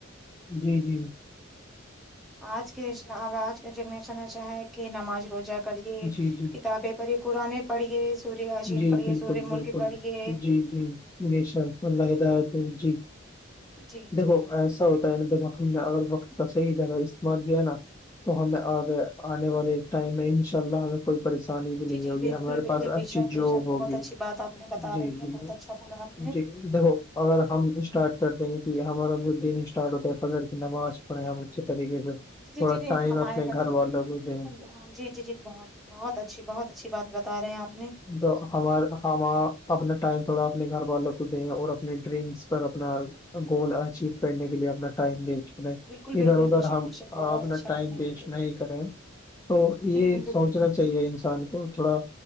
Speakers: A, on the left; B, in the centre.
A: جی جی
B: آج کے آج کا جنریشن ایھا ہے کہ نماز روجہ کبھی
A: جی جی
B: کتابیں پر ہی پا پڑھیے سوریہ یسین
A: جی
B: پڑھیے
A: بالکل
B: سوریہ
A: بالکل
B: مللک پڑھیے
A: جی جی بے شک اللہ ہدایت جی
B: جی
A: دیکھو
B: جی
A: ایسا ا ہوتا ہے نا دیکھو ہم نے اگر وقت کا صحیح جگہ استعمال کیا نا تو ہم آگے آنے والے ٹائم میں ان شاء اللہ ہمیں کوئی پریشانی بھی نہیں
B: جی جی
A: ہوگی
B: بالکل
A: ہمارے
B: بالکل
A: پاس
B: بے
A: اچھی
B: شک
A: جاب
B: بے شک
A: ہوگی
B: بہت اچھی بات آپ نے بتا
A: جی
B: رہی
A: جی
B: ہے بہت اچھا بولا آپ نے
A: جی دیکھو اگر ہم اسٹارٹ کرتے ہیں کہ ہمارا جو دن اسٹارٹ ہوتا ہے فضر کی نماز پڑھے ہم اچھی طریقیے سے تھوڑا
B: جی جی جی جی
A: ٹائم
B: ہمارے
A: اپنے
B: گھر میں بھی
A: والوں کو دیں
B: ہاں جی جی جی بہت بہت اچھی بہت اچھی بات بتا رہے ہیں آپ نے
A: جو ہمار ہم اپنا ٹائم تھوڑا اپنے گھر والوں کو دیں اور اپنے ڈریمز پر اپنا گول اچیو کرنے کے لیے اپنا ٹائم دے ادھر
B: بالکل بالکل
A: ادھر
B: بے شک
A: ہم
B: بے شک بہت
A: اپنا
B: اچھا
A: ٹائم
B: آپ نے
A: وسٹ
B: بول رہے
A: نہیں کریں تو یہ
B: بالکل بالکل
A: سوچنا چاہیے انسان کو تھوڑا